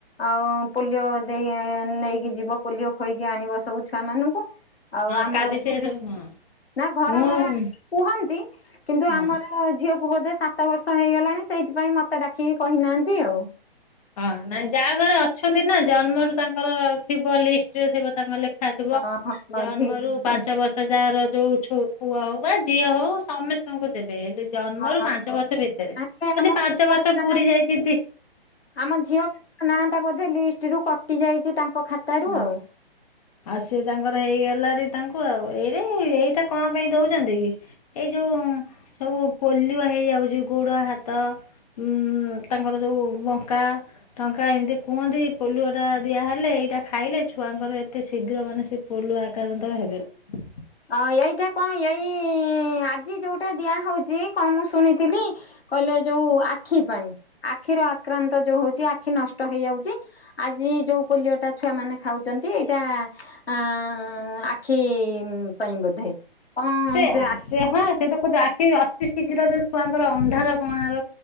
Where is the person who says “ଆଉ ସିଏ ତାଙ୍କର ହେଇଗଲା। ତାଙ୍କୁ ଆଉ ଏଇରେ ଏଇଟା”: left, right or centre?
Left